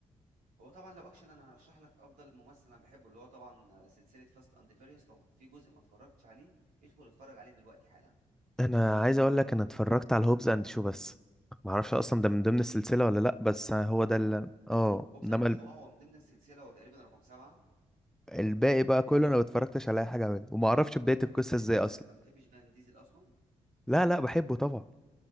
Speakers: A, on the right; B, in the centre.
A: هو طبعا لو اكشن انا هرشح لك افضل ممثل انا بحبه اللي هو طبعا آه، سلسله فاست اند فيريوس لو في جزء ما اتفرجتش عليه ادخل اتفرج عليه دلوقتي حالا
B: انا عايز اقول لك انا اتفرجت على هوبز اند شو بس ما اعرفش اصلا ده من ضمن السلسله ولا لا بس هو
A: اوه
B: ده اللي اه
A: هوبز
B: انما
A: اند
B: ال-
A: شو هو من ضمن السلسله هو تقريبا رقم سبعه
B: الباقي بقى كله
A: آه،
B: انا ما اتفرجتش على اي حاجه منه وما اعرفش بدايه
A: انت
B: القصه
A: ما بتحبش
B: ازاي اصلا
A: ما بتحبش فان ديزل اصلا
B: لا لا بحبه طبعا